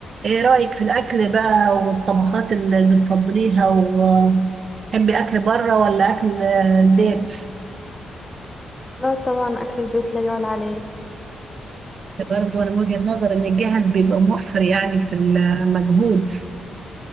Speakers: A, on the right; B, on the left.
A: ايه رأيك في الأكل بقى والطبخات اللي بتفضليها وتحبي أكل بره ولا أكل البيت؟
B: لا طبعا أكل البيت لا يعلى عليه
A: بس برضه أنا من وجهة نظر إن الجاهز بيبقى موفر يعني في المجهود